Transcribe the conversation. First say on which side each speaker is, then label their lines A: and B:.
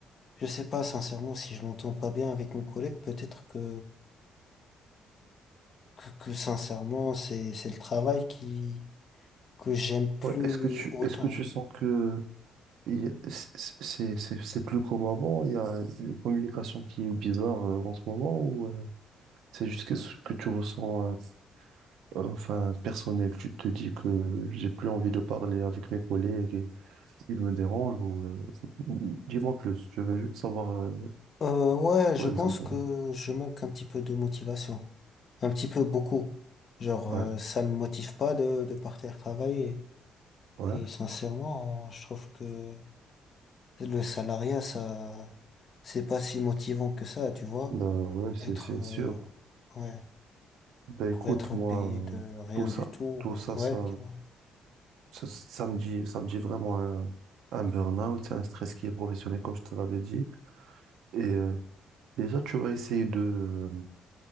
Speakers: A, on the left; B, on the right.
A: je sais pas, sincèrement, si je m'entends pas bien avec mes collègues, peut-être que, que, que sincèrement, c'est, c'est le travail qui, que j'aime plus
B: Ouais, est-ce que tu,
A: autant.
B: est-ce que tu sens que il y a- c- c- c'est c'est- c'est plus comme avant? Il y a une communication qui est bizarre euh, en ce moment ou... C'est juste que ce que tu ressens, euh, enfin, personnel. Tu te dis que j'ai plus envie de parler avec mes collègues et ils me dérangent ou, euh, dis-moi plus. Je veux juste savoir, euh,
A: Euh, ouais,
B: quoi
A: je pense
B: exactement.
A: que je manque un petit peu de motivation. Un petit peu beaucoup. Genre,
B: Ouais,
A: euh, ça me motive pas de, de partir travailler.
B: ouais.
A: Et sincèrement, je trouve que le salariat, ça, c'est pas si motivant que ça, tu vois.
B: Bah ouais, c'est,
A: Être,
B: c'est
A: euh,
B: sûr.
A: ouais,
B: Bah
A: pour
B: écoute,
A: être
B: moi,
A: payé de
B: euh,
A: rien
B: tout ça,
A: du tout,
B: tout ça,
A: ouais,
B: ça,
A: tu vois.
B: ça, ça me dit, ça me dit vraiment un, un burn-out, c'est un stress qui est professionnel, comme je te l'avais dit. Et euh, déjà, tu vas essayer de,